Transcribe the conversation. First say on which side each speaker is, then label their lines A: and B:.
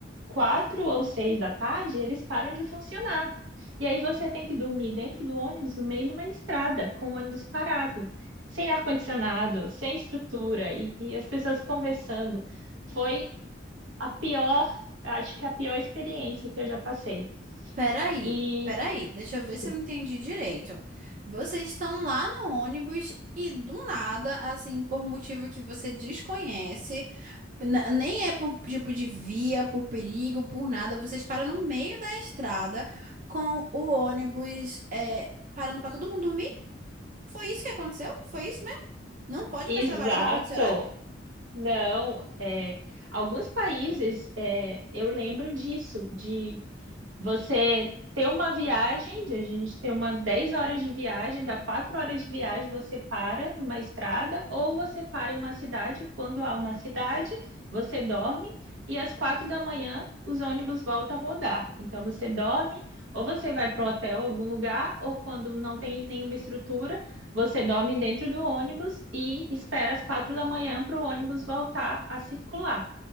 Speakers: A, on the right (about 80°); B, on the right (about 45°).
A: quatro ou seis da tarde, eles param de funcionar. E aí você tem que dormir dentro do ônibus, no meio de uma estrada, com o ônibus parado, sem ar-condicionado, sem estrutura, e, e as pessoas conversando. Foi a pior, acho que a pior experiência que eu já passei.
B: Peraí,
A: E,
B: peraí, deixa eu ver
A: sim,
B: se eu entendi direito. Vocês estão lá no ônibus e do nada, assim, por motivo que você desconhece, n- nem é por tipo de via, por perigo, por nada, vocês param no meio da estrada com o ônibus, é, parando para todo mundo dormir. Foi isso que aconteceu? Foi isso mesmo? Não pode
A: exato,
B: mais trabalhar depois desse horário?
A: Não, é, alguns países é, eu lembro disso, de você ter uma viagem, de a gente ter uma 10 horas de viagem, dá 4 horas de viagem, você para numa estrada, ou você para em uma cidade, quando há uma cidade, você dorme, e às 4 da manhã os ônibus voltam a rodar. Então você dorme, ou você vai para o hotel, algum lugar, ou quando não tem nenhuma estrutura, você dorme dentro do ônibus e espera às 4 da manhã para o ônibus voltar a circular.